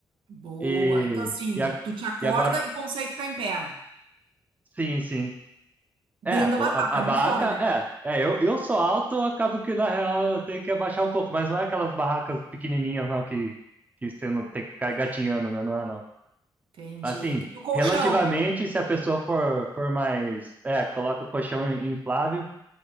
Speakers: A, on the right; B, on the right.
A: Boa.
B: e
A: Então, assim,
B: e, a,
A: tu te acorda
B: e agora
A: e consegue ficar em pé.
B: sim, sim. É,
A: Dentro da
B: o-
A: barraca,
B: a, a barraca,
A: não fora, né?
B: é, é, eu, eu sou alto, eu acabo que na real eu tenho que abaixar um pouco, mas não é aquelas barracas pequenininhas não que, que você não tem que ficar
A: Ah,
B: gatinhando, né? Não é não.
A: entendi.
B: Assim,
A: E o colchão?
B: relativamente, se a pessoa for, for mais, é, coloca colchão inflável,